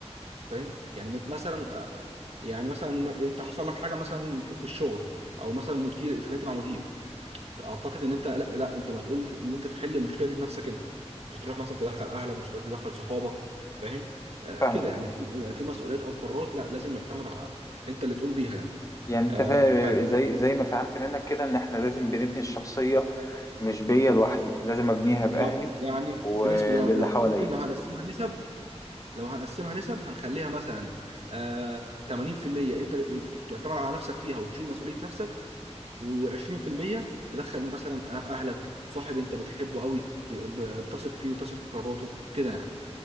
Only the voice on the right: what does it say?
فاهم يعني م- مثلا آه، آه، يعني مثلا ما- انت حصل لك حاجه مثلا في في الشغل او مثلا مدير اتخانقت مع مدير اعتقد ان انت لا, لا انت مسؤول ان انت تحل المشكله دي بنفسك انت مش هتروح مثلا تدخل اهلك مش هتروح تدخل صحابك فاهم آه
كده يعني في في مسؤوليات او قرارات لا لازم يعتمد على انت اللي تقوم بيها يعني
آه
أدي حاجه
بالظبط
يعني
بالنسبه لا, لا
ممكن لو هنقسمها نسب لو هنقسمها نسب هنخليها مثلا آه 80% انت تعتمد على نفسك فيها وتشيل مسؤوليه نفسك و20% تدخل مثلا اهلك صاحب انت بتحبه قوي ب- ب- بتثق فيه وتثق في قراراته كده يعني